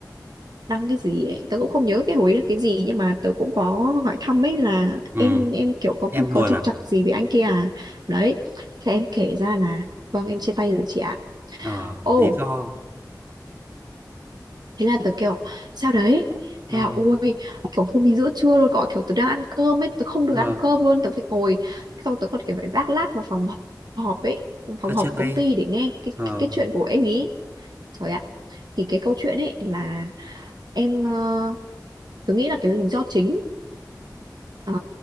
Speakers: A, on the right; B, on the right.
A: đăng cái gì ấy. Tớ cũng không nhớ cái hồi đó cái gì nhưng mà tớ cũng có hỏi thăm ấy là
B: ừ
A: em em kiểu có
B: em
A: có
B: buồn
A: trục
B: à
A: trặc gì với anh kia à đấy thế em kể ra là vâng em chia tay rồi chị ạ
B: ờ
A: ô
B: lý do
A: thế là tớ kiểu sao đấy thế
B: ờ
A: là ôi kiểu hôm ấy giữa trưa luôn gọi kiểu tớ đang ăn cơm ấy tớ không được
B: ờ
A: ăn cơm luôn tớ phải ngồi xong tớ còn kiểu phải vác lác vào phòng họp ấy phòng
B: sao
A: họp
B: chia
A: của công
B: tay
A: ty để nghe cái,
B: ờ
A: cái, cái chuyện của em ý trời ạ thì cái câu chuyện ấy là em ờ, Tôi nghĩ là cái lý do chính ờ,